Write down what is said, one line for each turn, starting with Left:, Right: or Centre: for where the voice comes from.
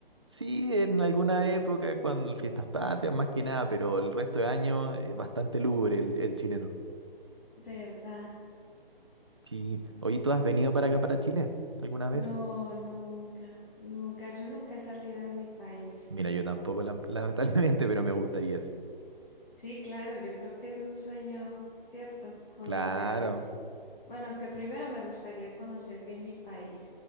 Right: sí, en alguna época, cuando el Fiestas Patrias, más que nada, pero el resto de año es bastante lúgubre el, el chileno.
Left: ¿verdad?
Right: Sí. Oye, ¿tú has venido para acá, para Chile, alguna
Left: No,
Right: vez?
Left: nunca, nunca. Yo nunca he salido de mi país.
Right: Mira, yo tampoco, lam- lamentablemente, <laughs> pero me gustaría, sí.
Left: Sí, claro, yo creo que es un sueño, ¿cierto? Conocer.
Right: Claro.
Left: Bueno, aunque primero me gustaría conocer bien mi país.